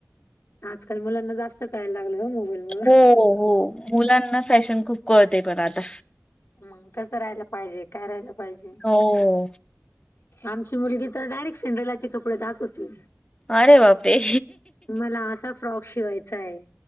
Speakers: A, on the left; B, on the left.
A: आजकाल मुलांना जास्त कळायला लागलंय हो मोबाईल मुळे
B: हो हो. मुलांना फॅशन खूप कळते पण आता
A: मंग कसं राहायला पाहिजे, काय राहायला पाहिजे
B: हो.
A: आमची मुलगी तर डायरेक्ट सिंड्रेलाचे कपडे दाखवती
B: अरे बाप रे
A: मला असा फ्रॉक शिवायचय,